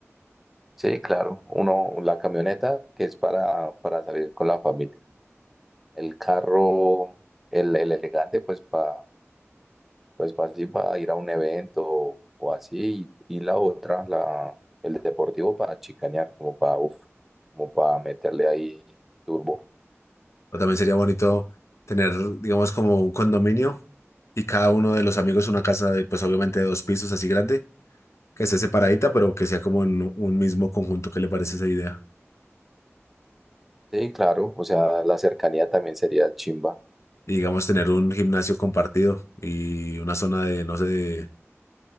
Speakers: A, in the centre; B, on the left.
A: Sí, claro, uno, la camioneta que es para, para salir con la familia. El carro, el, el elegante, pues para pues pa así, para ir a un evento o así. Y, y la otra, la, el deportivo para chicanear, como para, uf, como para meterle ahí turbo.
B: O también sería bonito tener, digamos, como un condominio y cada uno de los amigos una casa de, pues obviamente de dos pisos así grande, que esté separadita, pero que sea como en un mismo conjunto. ¿Qué le parece esa idea?
A: Sí, claro, o sea, la cercanía también sería chimba.
B: Y digamos, tener un gimnasio compartido y una zona de, no sé, de-